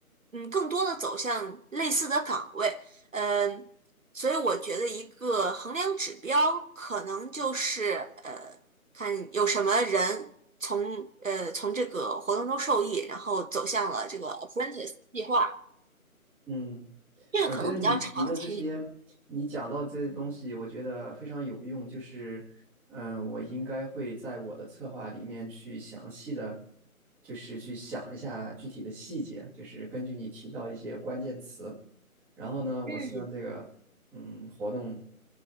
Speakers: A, on the right (about 60°); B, in the centre.
A: 嗯，更多的走向类似的岗位，嗯，所以我觉得一个衡量指标可能就是呃，看有什么人从呃从这个活动中受益，然后走向了这个 apprentice 计划，
B: 嗯，
A: 这个可能比较长期。
B: 我觉得你提的这些，你讲到这些东西，我觉得非常有用。就是，嗯，我应该会在我的策划里面去详细的，就是去想一下具体的细节，就是根据你提到一些关键词。然后呢，我希望这个，
A: 嗯
B: 嗯，活动